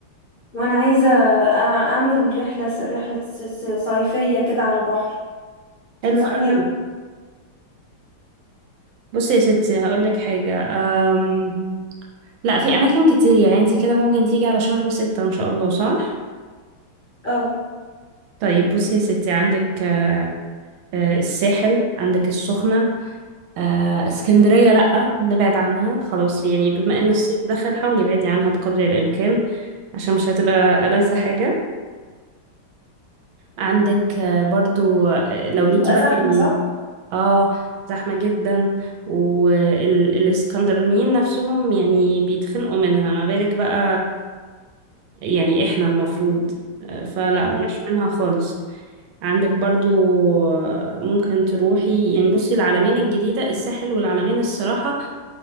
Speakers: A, on the left (about 55°); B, on the right (about 75°).
A: وانا عايزه أع- اعمل رحله رحله س- س- صيفيه كده على البحر تنصحيني
B: حلو قوي
A: اروح
B: بصي يا ستي هقول لك حاجه أم... لا في اماكن كتير يعني انت كده ممكن تيجي على شهر ستة ان شاء الله صح
A: اه
B: طيب بصي يا ستي عندك آه، آه، الساحل عندك السخنه آه، اسكندريه لا نبعد عنها خلاص يعني بما ان الصيف دخل حاولي ابعدي عنها بقدر الامكان عشان مش هتبقى ألذ حاجة عندك آه، برضو آه، لو ليكي
A: تبقى
B: بقى
A: زحمه
B: يعني
A: صح
B: اه زحمة جدا والاسكندرانيين نفسهم يعني بيتخنقوا منها ما بالك بقى يعني احنا المفروض آه، فلا
A: آه.
B: مم. بلاش منها خالص عندك برضو آه، ممكن تروحي يعني بصي العلمين الجديدة الساحل والعلمين الصراحة